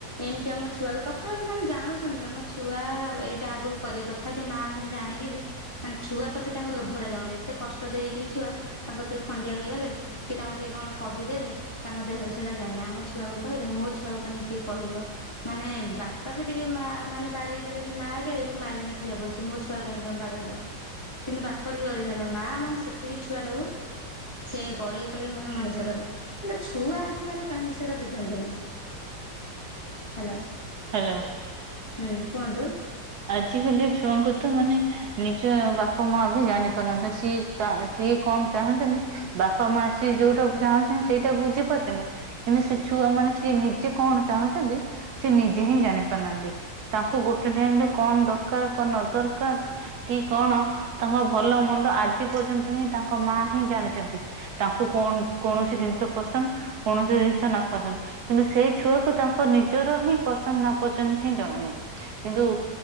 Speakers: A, on the left; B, on the right.
A: ଏମିତି ଆମ ଛୁଆ ତଥାପି ମାନେ ଜାଣୁଛନ୍ତି ଆମ ଛୁଆ ଏଇଟା ଆଗକୁ କରିବା କ ତଥାପି ମା ମାନେ ଜାଣିକି ବି? ମାନେ ଛୁଆପ୍ରତି ତାଙ୍କ ଲୋଭଡା ଯାଉନି ଏତେ କଷ୍ଟ ଦେଇ ହେଇକି ବି ଛୁଆ ତାଙ୍କର ଟିକେ ଖଣ୍ଡିଆ ହେଇଗଲେ କି ତାଙ୍କୁ କି କଣ କହିଦେଲେ ତାଙ୍କ ଦେହରେ ସେଇଟା ଯାଇନି ଆମ ଛୁଆକୁ କହିଲେ ମୁଁ ଛୁଆଉ କାହିଁ କିଏ କହିବ। ମାନେ ବାପା ବି ଟିକେ ମା ମାନେ ବାଡେଇ ଦେଲେ ବି ମା ଆଗରେ ବି ମାଆ ଯାଇକି ଠିଆ ପଡିୁଛି ମୋ ଛୁଆ କାହିଁକି ତମେ ବାଡେଇଲ କିନ୍ତୁ ବାପର ବି ଅଧିକାର ନାହିଁ ମା ମାନେ ସେତିକି ଛୁଆଟାକୁ ସେ ବଢେଇ କଳେଇ ମାନେ ମଣିଷ କରେ କିନ୍ତୁ ଛୁଆ ଆଜିକାଲି କାହିଁକି ସେଇଟା ବୁଝନ୍ତିନି। ହ୍ୟାଲୋ।
B: ହ୍ୟାଲୋ।
A: ହୁଁ କୁହନ୍ତୁ।
B: ଆଜିକାଲି ଛୁଆଙ୍କୁ ତ ମାନେ ନିଜ ବାପା ମା ବି ଜାଣି ପାରୁନଥା ସିଏ ତା ସିଏ କଣ ଚାହୁଁଛନ୍ତି ବାପା ମା ସିଏ ଯୋଉଟା ଚାହୁଁଛନ୍ତି ସେଇଟା ବୁଝିପାରୁଛନ୍ତି। କିନ୍ତୁ ସେ ଛୁଆ ମାନେ ସିଏ ନିଜେ କଣ ଚାହୁଁଛନ୍ତି। ସେ ନିଜେ ହିଁ ଜାଣି ପାରୁନାହାନ୍ତି ତାଙ୍କୁ ଗୋଟେ ଟାଇମରେ କଣ ଦରକାର କଣ ନ ଦରକାର କି କଣ ତାଙ୍କ ଭଲ ମନ୍ଦ ଆଜି ପର୍ଯ୍ୟନ୍ତ ହିଁ ତାଙ୍କ ମା ହିଁ ଜାଣିଛନ୍ତି। ତାଙ୍କୁ କଣ କୌଣସି ଜିନିଷ ପସନ୍ଦ କୌଣସି ଜିନିଷ ନା ପସନ୍ଦ। କିନ୍ତୁ ସେଇ ଛୁଆକୁ ତାଙ୍କ ନିଜର ହିଁ ପସନ୍ଦ ନା ପସନ୍ଦ ହିଁ ଜଣାନାହିଁ କିନ୍ତୁ